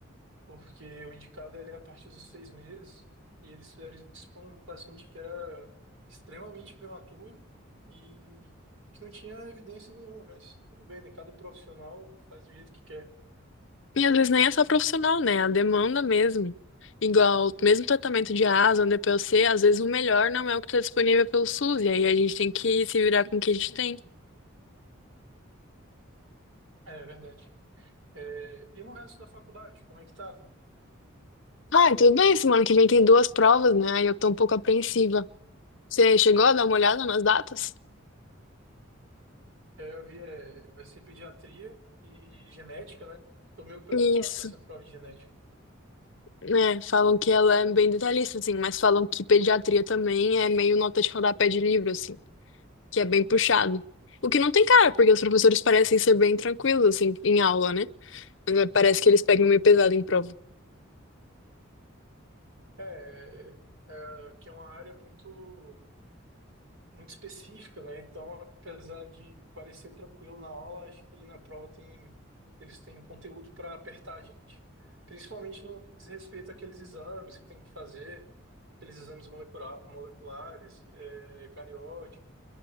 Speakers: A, on the right (about 75°); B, on the left (about 65°).
A: porque o indicado ele é a partir dos seis meses, e eles fizeram isso para um paciente que era extremamente prematuro e, e que não tinha evidência nenhuma, mas tudo bem, né? Cada profissional faz do jeito que quer.
B: E às vezes nem é só profissional, né? A demanda mesmo. Igual, mesmo tratamento de asa, DPOC, às vezes o melhor não é o que está disponível pelo SUS, e aí a gente tem que se virar com o que a gente tem.
A: É, é verdade. É, e no resto da faculdade, como é que tá?
B: Ah, tudo bem, semana que vem tem duas provas, né? Aí eu tô um pouco apreensiva. Você chegou a dar uma olhada nas datas?
A: É, eu vi, é, vai ser pediatria e genética, né? Tô meio preocupado
B: Isso,
A: com essa prova de genética.
B: né? Falam que ela é bem detalhista, assim, mas falam que pediatria também é meio nota de rodapé de livro, assim, que é bem puxado. O que não tem cara, porque os professores parecem ser bem tranquilos, assim, em aula, né? Mas é, parece que eles pegam meio pesado em prova.
A: É, é, é, que é uma área muito muito específica, né? Então, apesar de parecer tranquilo na aula, acho que na prova tem, eles têm conteúdo para apertar a gente, principalmente no que diz respeito àqueles exames que tem que fazer, aqueles exames molecula- moleculares, é, cariótipo.